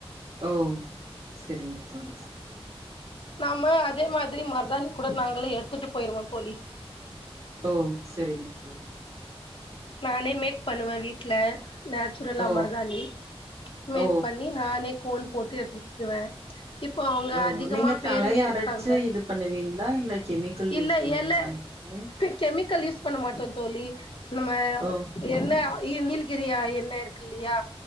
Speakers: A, on the right; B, on the left.
A: ஓ செரிங்க தோழி செரி
B: நாம அதே மாதிரி மருதாணி கூட நாங்களே எடுத்துட்டு போயிருவோ தோழி
A: ஓ செரிங்க தோழி
B: நானே மேக் பண்ணுவே வீட்ல நே நச்சுரலா
A: ஓ
B: மருதாணி மேக்
A: ஓ
B: பண்ணி நானே கோன் போட்டு எடுத்துட்டுவ இப்போ அவுங்க
A: ஓ
B: அதிகமா
A: நீங்க தலைய
B: பேருவே இருக்காங்க
A: அரைச்சு இது பண்ணுவீங்களா இல்ல கெமிக்கல்
B: இல்ல
A: யூஸ் பண்ணுவீங்களாங்க
B: எல
A: தோழி
B: கெமிக்கல் யூஸ் பண்ண மாட்டோ தோழி நம்ம
A: ஓ
B: எண்ண நீல்கிரியா எண்ண இருக்கு இல்லயா